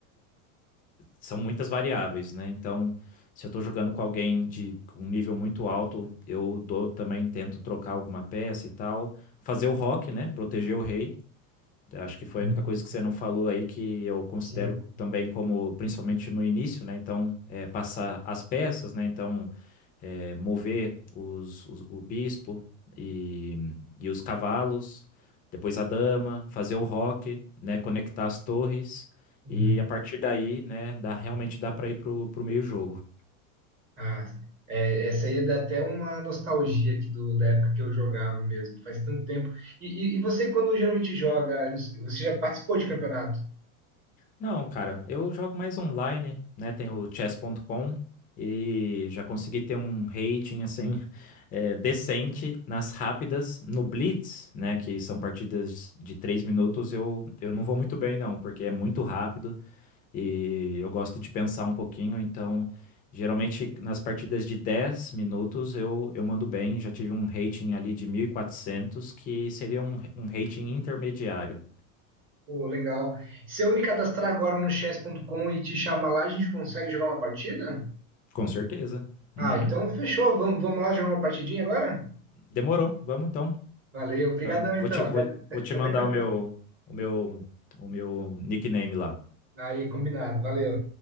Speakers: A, on the left; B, on the right.
A: são muitas variáveis, né? Então, se eu tô jogando com alguém de com um nível muito alto, eu dou também, tento trocar alguma peça e tal. Fazer o rock, né? Proteger o rei. Eu Acho que foi
B: Uhum.
A: a única coisa que você não falou aí que eu considero
B: Sim.
A: também como, principalmente no início, né? Então, é, passar as peças, né? Então, é, mover os, os- o bispo e, e os cavalos, depois a dama, fazer o rock, né, conectar as torres
B: Uhum.
A: e a partir daí, né, dá, realmente dá para ir pro, pro meio jogo.
B: Ah, é, essa aí dá até uma nostalgia aqui do, da época que eu jogava mesmo, faz tanto tempo. E, e, e você, quando geralmente joga, você já participou de campeonato?
A: Não, cara, eu jogo mais online, né, tem o chess.com e já consegui ter um rating assim <laughs> é, decente nas rápidas, no Blitz, né, que são partidas de 3 minutos, eu, eu não vou muito bem não, porque é muito rápido E eu gosto de pensar um pouquinho, então geralmente nas partidas de 10 minutos eu, eu mando bem. Já tive um rating ali de 1400 que seria um, um rating intermediário.
B: Pô, legal. Se eu me cadastrar agora no chess. ponto Com e te chamar lá, a gente consegue jogar uma partida?
A: Com certeza.
B: Ah,
A: Uhum.
B: então fechou. Vamos, vamos lá jogar uma partidinha agora?
A: Demorou. Vamos então.
B: Valeu, obrigadão
A: Já- vou
B: então.
A: te, vou,
B: Até, até
A: vou
B: até
A: te mandar
B: daqui a pouco.
A: o meu, o meu, o meu nickname lá.
B: Aí, combinado. Valeu.